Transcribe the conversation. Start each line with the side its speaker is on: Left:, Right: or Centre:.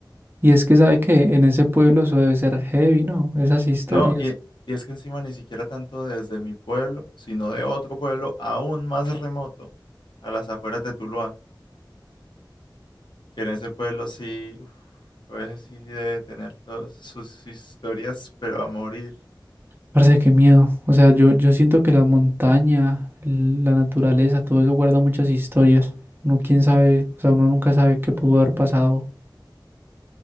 Right: Y es que sabe que en ese pueblo eso debe ser heavy, ¿no? Esas historias.
Left: No, y, y es que encima ni siquiera tanto desde mi pueblo, sino de otro pueblo aún más remoto, a las afueras de Tuluá, que en ese pueblo sí, uf, pues sí debe tener todas sus historias, pero a morir.
Right: Parece que miedo. O sea, yo, yo siento que la montaña, la naturaleza, todo eso guarda muchas historias. Uno quién sabe, o sea, uno nunca sabe qué pudo haber pasado.